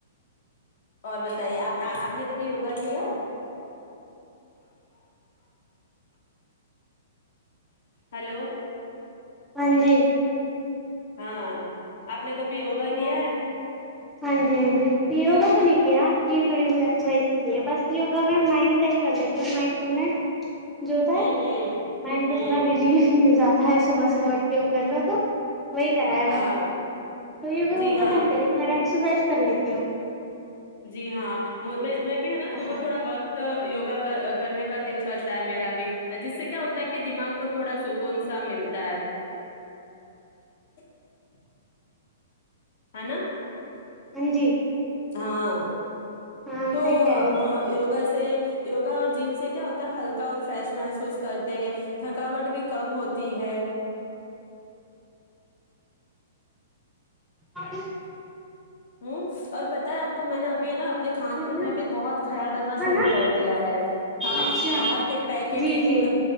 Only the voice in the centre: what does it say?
ہاں جی
ہاں
ہاں جی ہاں جی یوگا تو نہیں کیا کہ تھوڑی بہت کی بس یوگا میں ماینڈ سیٹ کر لیتی ہو جو ہوتا
ہے
مائنڈ
کو تھوڑا ریلیف مل جاتا ہے صبح صبح اٹھ کے وہ کر لو تو وہی کرا ہے بس
تو یوگا
ووگا
تو نہیں کری خرے ایکسرسائز کر لیتی ہوں
ہاں
ہاں جی
ہاں
صحیح کہہ
رہی ہو
ہاں
ہاں
نا
ہاں
نا
اچھا
جی
جی